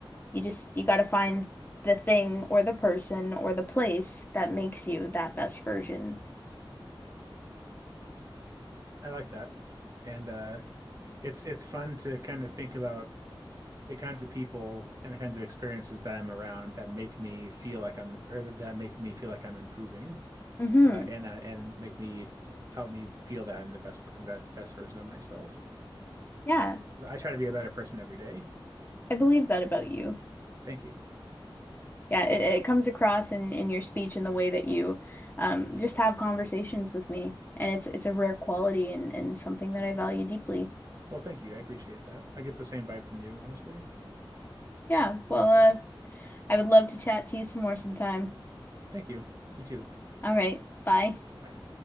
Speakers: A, on the left; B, on the right.
A: you just you got to find the thing or the person or the place that makes you that best version. <laughs>
B: I like that. And uh, it's it's fun to kind of think about the kinds of people and the kinds of experiences that I'm around that make me feel like I'm the or that make me feel like I'm improving.
A: Mm-hmm.
B: uh, and that and make me help me feel that I'm the best per- the best version of myself.
A: Yeah,
B: I try to be a better person every day.
A: I believe that about you.
B: Thank you.
A: Yeah, it, it comes across in in your speech and the way that you um just have conversations with me. And it's it's a rare quality and, and something that I value deeply.
B: Well, thank you. I appreciate that. I get the same vibe from you, honestly.
A: Yeah, well, uh, I would love to chat to you some more sometime.
B: Thank you. You too.
A: All right, bye.
B: Bye-bye.